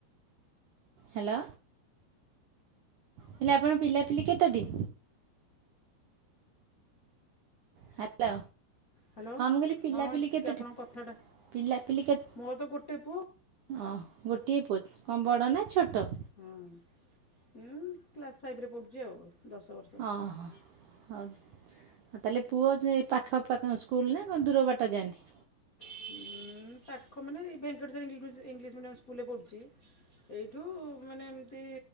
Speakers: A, on the right; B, on the left.
A: ହାଲୋ ହେଲେ ଆପଣ ପିଲାପିଲି କେତୋଟି? ହାଲୋ।
B: ହ୍ୟାଲୋ
A: ହଁ ମୁଁ କହିଲି ପିଲାପିଲି
B: ହଁ ଟିକେ
A: କେତେଟି
B: ଆପଣଙ୍କ କଥାଟା
A: ପିଲାପିଲି କେତେ?
B: ମୋର ତ ଗୋଟେ ପୁଅ
A: ଅଁ ଗୋଟିଏ ପୁଅ କଣ ବଡ ନା ଛୋଟ?
B: ହୁଁ କ୍ଲାସ୍ ଫାଇଭରେ ପଢୁଚି ଆଉ ଦଶ ବର୍ଷ।
A: ଓହୋ ହଉ। ତାହେଲେ ପୁଅ ଯେ ପାଖପାଖ ସ୍କୁଲ ନା କଣ ଦୂର ବାଟ ଯାଆନ୍ତି?
B: ଉଁ ପାଖ ମାନେ ଏଇ ଭେଙ୍କଟେଶ୍ୱରି ଇଂଲିଶ ମି ଇଂଲିଶ ମିଡ଼ିୟମ୍ ସ୍କୁଲ। ସ୍କୁଲରେ ପଢୁଚି ଏଇଠୁ ମାନେ ଏମିତି